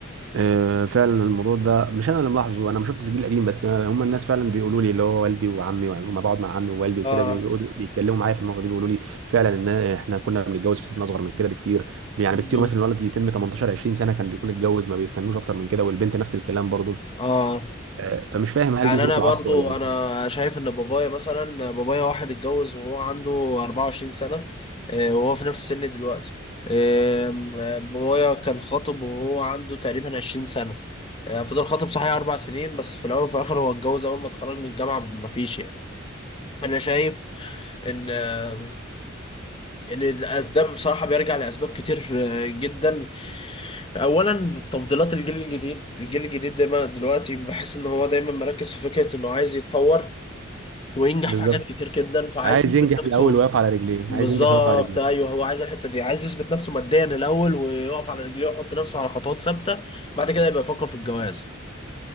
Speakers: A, on the right (about 70°); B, on the left (about 25°).
A: آه فعلا الموضوع ده مش انا اللي ملاحظه انا ما شفتش الجيل القديم بس آه، هم الناس فعلا بيقولوا لي اللي هو والدي وعمي ولما بقعد مع عمي ووالدي وكده
B: اه
A: بيقعدوا- بيتكلموا معايا في النقطه دي بيقولوا لي فعلا ان احنا كنا بنتجوز في سن اصغر من كده بكتير يعني
B: مم.
A: بكتير مثلا الولد يتم 18 20 سنه كان بيكون اتجوز ما بيستنوش اكتر من كده والبنت نفس الكلام برضه
B: اه
A: آه فمش فاهم هل
B: يعني
A: دي ظروف
B: انا
A: العصر
B: برضو
A: ولا ايه
B: انا شايف ان بابايا مثلا بابايا واحد اتجوز وهو عنده 24 سنة آه، وهو في نفس السن دلوقتي آم، آه، بابايا كان خاطب وهو عنده تقريبا 20 سنة آه، فضل خاطب صحيح اربع سنين بس في الاول وفي الاخر هو اتجوز اول ما اتخرج من الجامعة مفيش يعني انا شايف ان آه، ان الاسباب بصراحه بيرجع لاسباب كتير آه، جدا اولا تفضيلات الجيل الجديد الجيل الجديد دايما دلوقتي بحس ان هو دايما مركز في فكره انه عايز يتطور وينجح
A: بالظبط
B: في حاجات كتير جدا فعايز
A: عايز
B: يثبت
A: ينجح
B: نفسه
A: الاول ويقف على رجليه
B: بالظبط
A: عايز ينجح ويقف على رجليه
B: ايوه هو عايز الحته دي عايز يثبت نفسه ماديا الاول ويقف على رجليه ويحط نفسه على خطوات ثابته بعد كده يبقى يفكر في الجواز